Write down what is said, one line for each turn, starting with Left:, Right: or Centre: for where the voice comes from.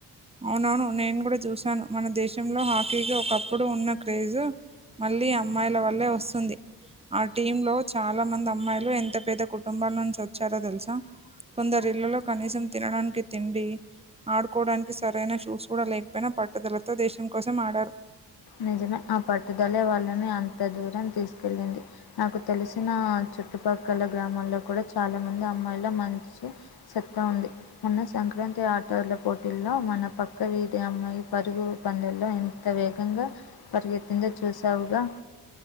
Right: అవునవును నేను కూడా చూశాను, మన దేశంలో హాకీకి ఒకప్పుడు ఉన్న క్రేజు మళ్ళీ అమ్మాయిల వల్లే వస్తుంది ఆ టీమ్ లో చాలా మంది అమ్మాయిలు ఎంత పేద కుటుంబాల నుంచి వచ్చారో తెలుసా? కొందరి ఇళ్లలో కనీసం తినడానికి తిండి ఆడుకోవడానికి సి సరైన షూస్ కూడా లేకపోయినా పట్టుదలతో దేశం కోసం ఆడారు.
Left: నిజమే ఆ పట్టుదల వాళ్ళని అంత దూరం తీసుకెళ్ళింది, నాకు తెలిసిన చుట్టుపక్కల గ్రామల్లో కూడా చాలా మంది అమ్మాయిల మనసు సత్తా ఉంది, మొన్న సంక సంక్రాంతి ఆటోల పోటీల్లో మన పక్క వీధి అమ్మాయి పరుగు పందెంల్లో ఎంత వే గంగా పరుగెత్తిందో చూశావుగా